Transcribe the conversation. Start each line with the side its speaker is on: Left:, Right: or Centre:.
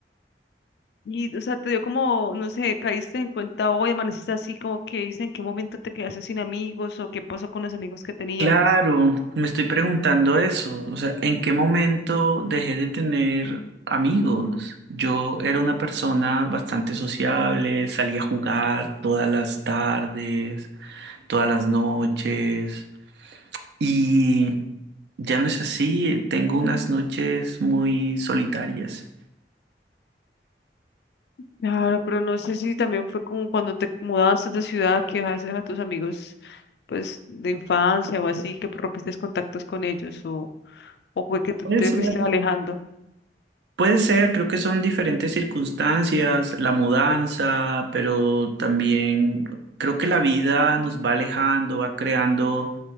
Left: Y, o sea, te dio como, no sé, caíste en cuenta hoy, amaneciste así, como que dice en qué momento te quedaste sin amigos o qué pasó con los amigos que tenías.
Right: Claro, me estoy preguntando eso, o sea, ¿en qué momento dejé de tener amigos? Yo era una persona bastante sociable, salía a jugar todas las tardes, todas las noches, y ya no es así, tengo unas noches muy solitarias.
Left: Claro, pero no sé si también fue como cuando te mudaste de ciudad, que dejaste a tus amigos, pues, de infancia o así, que rompiste contactos con ellos o... ¿O fue que tú
Right: Puede
Left: te
Right: ser.
Left: fuiste alejando?
Right: Puede ser, creo que son diferentes circunstancias, la mudanza, pero también creo que la vida nos va alejando, va creando